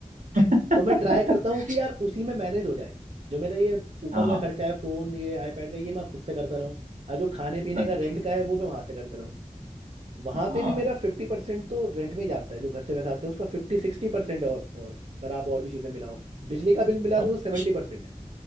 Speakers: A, on the right; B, on the right.
A: <laughs>
B: तो मैं ट्राई करता हूँ कि यार उसी में मैनेज हो जाए जो मेरा ये ऊपर
A: हाँ
B: का खर्चा है फोन ये आईपैड का ये मैं खुद से करता रहूँ और जो खाने पीने
A: अच्छा
B: का रेंट का है वो मैं वहां से करता रहूँ। वहां
A: हाँ
B: पे भी मेरा फिफ्टी परसेंट तो रेंट में ही जाता है जो घर से पैसा आते हैं उसका फिफ्टी सिक्सटी परसेंट और और अगर आप और भी चीजें मिलाओ बिजली का बिल मिला तो
A: अच्छा
B: सेवेंटी परसेंट